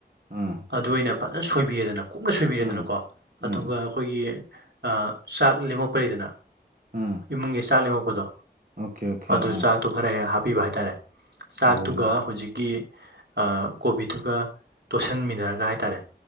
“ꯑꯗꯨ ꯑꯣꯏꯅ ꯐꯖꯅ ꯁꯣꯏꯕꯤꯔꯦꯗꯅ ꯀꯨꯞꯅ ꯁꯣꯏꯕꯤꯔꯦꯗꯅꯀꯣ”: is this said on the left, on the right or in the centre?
Right